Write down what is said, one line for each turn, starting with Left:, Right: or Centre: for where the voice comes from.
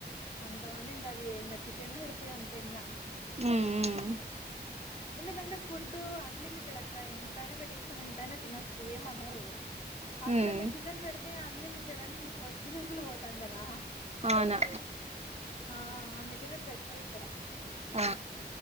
Left: అంతమంది ఉంటారు ఏ ఇంకా చికెన్ పెడితే అంతే ఇంకా
Right: ఉమ్ ఉమ్
Left: ఎందుకంటే ఫుడ్ అన్లిమిట్ డక్క ఎంతైనా పెట్టించుకొని ఎంతైనా తినొచ్చు ఏమ అనరు అట్లా
Right: ఉమ్
Left: ఇంకా చికెన్ పెడితే అన్లిమిటెడ్ అని ఇం పథ్యం కులు పోతాం కదా
Right: అవునా
Left: ఆ అందుకనే పెట్టారు ఇక్కడ
Right: ఆ